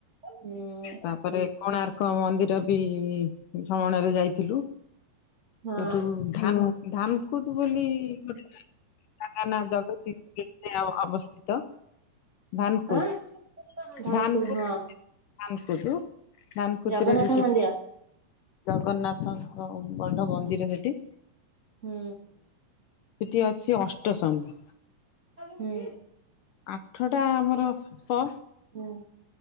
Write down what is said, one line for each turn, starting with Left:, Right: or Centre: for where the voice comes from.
Right: ହୁଁ
Left: ତା ପରେ କୋଣାର୍କ ମନ୍ଦିର ବି ଭ୍ରମଣରେ ଯାଇଥିଲୁ।
Right: ହଁ
Left: ସେଠୁ ଧାନ ଧାନକୁଦ ବୋଲି ଗୋଟେ ଗାଁଁ। ଜଗା ନ ଜଗରୁ ଟି ଅବସ୍ଥିତ। ଧାନ କୁଦ
Right: ଆଁ ଧାନକୁ
Left: ଧାନକୁଦ
Right: ହଁ
Left: ଧାନ କୁଦୁ ଧାନ କୁଦ୍ରେ
Right: ଜଗନ୍ନାଥ
Left: ରେ
Right: ମନ୍ଦିର
Left: ଜଗନ୍ନାଥଙ୍କ ବଡ ମନ୍ଦିର ସେଠି।
Right: ହୁଁ
Left: ସେଟି ଅଛି ଅଷ୍ଟ ସମ
Right: ହୁଁ
Left: ଆଠଟା ଆମର ସାପ।
Right: ହୁଁ